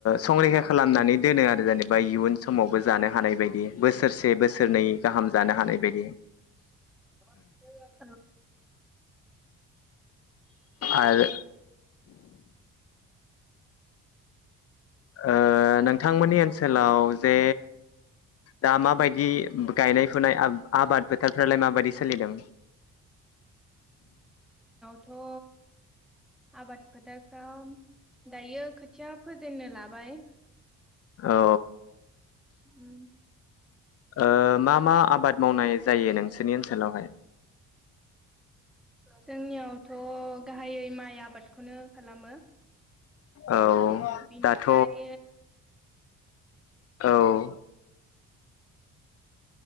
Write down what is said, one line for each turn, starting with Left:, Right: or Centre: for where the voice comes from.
Left: संरैखा खालामनानै दोनो आरो जेनेबा इयुन समावबो जानो हानाय बायदि बोसोरसे से बोसोरनै गाहाम जानो हानाय बायदि
Centre: <unintelligible>
Left: आरो ओ नोंथांमोननि ओनसोलाव जे दा माबायदि गायनाय फुनाय आ-आबाद फोथारफ्रालाय माबायदि सोलिदों?
Centre: थ' आबाद फोथारफ्राव दायो खोथिया फोजेननो लाबाय।
Left: औ।
Centre: उम
Left: ओ मा मा आबाद मावनाय जायो नोंसोरनि ओनसोलावहाय?
Centre: जोंनियावथ' गाहायै माइ आबादखौनो खालामो।
Left: औ
Centre: बिनिफ्राय
Left: दाथ' औ।